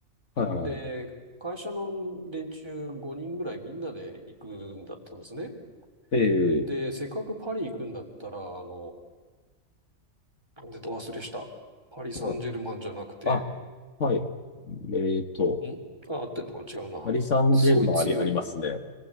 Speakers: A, on the left (about 65°); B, on the right (about 20°).
A: はいはいはい。
B: で、会社の連中5人ぐらいみんなで行くんだったんですね。
A: ええ
B: で、せっかくパリ行くんだったら、あの、出た忘れした。パリ・サンジェルマンじゃなくて、
A: はい。あ、はい。えっと、
B: んあ、合ってんのかな違うな。
A: パリ・サンジェルマンあり、
B: すごい強い。
A: ありますね。